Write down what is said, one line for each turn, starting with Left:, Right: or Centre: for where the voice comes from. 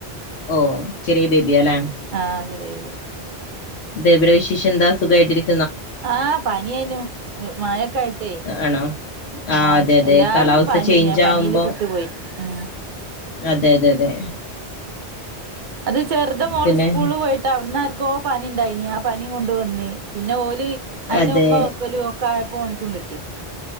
Left: ഓ ചെറിയ ബേബിയല്ലേ
Right: ആഹ് ചെറിയ ബേബി
Left: ബേബിടെ വിശേഷംന്താ സുഖയിട്ടിരിക്കു
Right: ആഹ് പണി യാനു മഴക്കെ ആയിട്ടേ
Left: ആണോ ആ
Right: ആഹ
Left: അതെ അതെ
Right: എല്ലാർക്കും
Left: കാലാവസ്ഥ
Right: പനിയന
Left: ചേഞ്ച്
Right: പനിൽ
Left: ആവുമ്പോ
Right: പെട്ടുപോയി ഉ
Left: അതെ അതെ അതെ
Right: അത് ചെറുത മോള്
Left: പിന്നെ
Right: സ്കൂള പോയിട്ട് അവിടന്ന ആർക്ക പനി ഉണ്ടായിനി ആ പനി കൊണ്ട വന്നി പിന്നെ ഓലി അയിന്
Left: അതെ
Right: ഉമ്മ വെക്കലും ഒക്ക ആയപ്പോ ഓനക്കും കിട്ടി